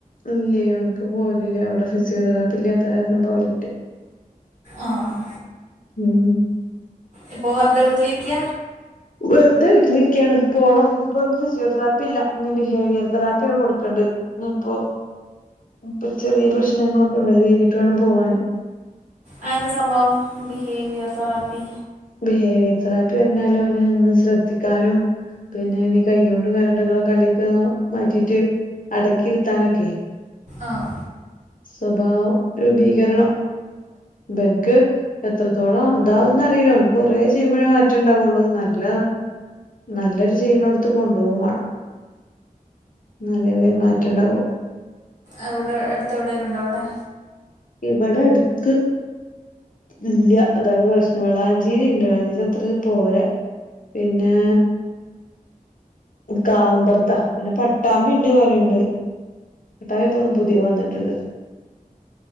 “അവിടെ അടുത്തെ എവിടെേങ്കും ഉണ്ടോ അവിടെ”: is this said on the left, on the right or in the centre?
Right